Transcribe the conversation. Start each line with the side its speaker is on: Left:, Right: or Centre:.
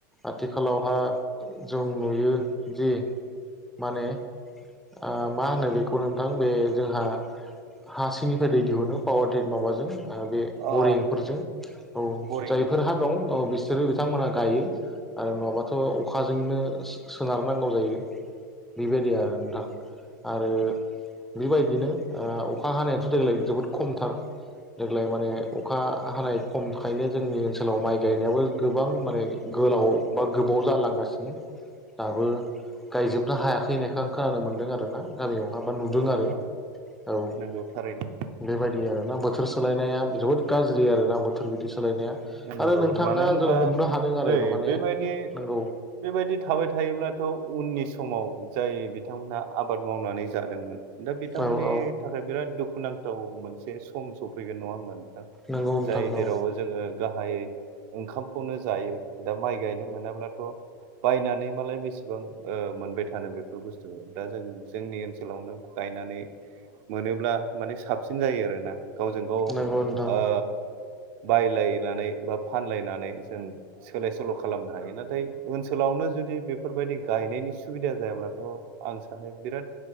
Centre: आथिखालावहा
Right: नंगौ
Centre: जों नुयो जे माने ओ मा होनो बेखौ नोंथां बे जोंहा हा सिंनिफ्राय दै दिहुनो पावार माबाजों बे बरिंफोरजों
Right: अ
Centre: औ
Right: बरिं
Centre: जायफोरहा
Right: नंगौ
Centre: दं औ बिसोरो बिथांमोनहा गायो। आरो नङाबाथ' अखाजोंनो सोनार नांगौ जायो बेबायदि आरो नोंथां। आरो बेबायदिनो ओ अखा हानायाथ' देग्लाय जोबोद खमथार देग्लाय माने अखा हानाय खमखायनो जोंनि ओन सोलाव माइ गायनायाबो गोबां माने गोलाव बा गोबाव जालांगासिनो। दाबो गायजोबनो हायाखै होननायखो आं खोनानो मोनदों आरोना। गामियाव हा बा नुदों
Right: औ
Centre: आरो
Right: औ
Centre: औ।
Right: नंगौ थारैनो
Centre: बेबायदि आरोना बोथोर सोलायनाया जोबोद गाज्रि आरोना बोथोर बिदि सोलायनाया
Right: ओं नोंगौ
Centre: आरो नोंथाङा
Right: मानो होनब्ला
Centre: जों हमनो हादों आरो
Right: नै
Centre: ना माने
Right: बेबायदि
Centre: नंगौ
Right: बेबायदि थाबाय थायोब्लाथ' उननि समाव जाय बिथांमोनहा आबाद मावनानै जादोंमोन दा बिथांमोननि
Centre: औ औ
Right: थाखाय बिराद दुखुनांथाव मोनसे सम स फैगोन नङा होमबा नोंथां
Centre: नंगौ नोंथां
Right: जाय जेरावबो
Centre: औ
Right: जोंङो गाहायै ओंखामखौनो जायो दा माइ गायनो मोनाब्लाथ' बायनानै मालाय बेसेबां ओ मोनबाय थानो बेफोर बुस्थु दा जों जोंनि ओनसोलावनो गायनानै मोनोब्ला माने साबसिन जायो आरोना गावजों गाव
Centre: नंगौ नोंथां
Right: ओ बायलायनानै बा फानलायनानै जों सोलाय सोल' खालामनो हायो नाथाय ओनसोलावनो जुदि बेफोरबायदि गायनायनि सुबिदा जायाब्लाथ' आं सानो बिराद